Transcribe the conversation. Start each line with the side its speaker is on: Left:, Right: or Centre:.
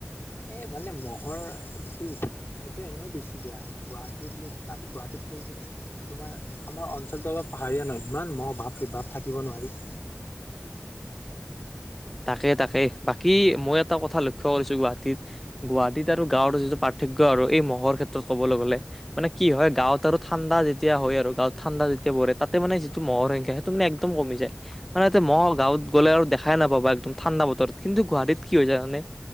Left: এ মানে মহ'ৰ যিটো উৎপাত ন সেইটো এনেও বেছি দিয়া হয়। গুৱাহাটী বুলি কথা আমি গুৱাহাটীত থাকি কিনে- তোমাৰ আমাৰ অঞ্চলটো অলপ পাহাৰীয়া ন ইমান মহ বাপৰে বাপ থাকিব নোৱাৰি।
Centre: তাকে তাকে, বাকী মই এটা কথা লক্ষ্য কৰিছো গুৱাহাটীত- গুৱাহাটীত আৰু গাঁৱৰ যিটো পাৰ্থক্য আৰু এই মহৰ ক্ষেত্ৰত ক'বলৈ গ'লে- মানে কি হয় গাঁৱত আৰু ঠাণ্ডা যেতিয়া হয় আৰু গাঁৱত ঠাণ্ডা যেতিয়া পৰে তাতে মানে যিটো মহৰ সংখ্যা - একদম কমি যায়, মানেতে মহ গাঁৱত গলে আৰু দেখাই নাপা- একদম ঠাণ্ডা বতৰত কিন্তু গুৱাহাটীত কি হয় হৈ জানানে-